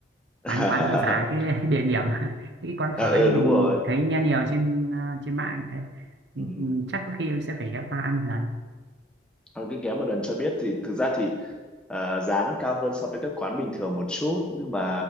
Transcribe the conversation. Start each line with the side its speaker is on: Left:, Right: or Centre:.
Centre: <laughs>
Right: quán quán nó giả cái địa điểm <laughs> cái quán
Centre: Ờ,
Right: phở ấy
Centre: ừ,
Right: mình
Centre: đúng rồi
Right: thấy nghe nhiều trên à, trên mạng thế
Centre: ừ.
Right: Ừm, chắc có khi sẽ phải ghé qua ăn một lần.
Centre: Còn cái ghé một lần cho biết thì thực ra thì ờ, giá nó cao hơn so với các quán bình thường một chút nhưng mà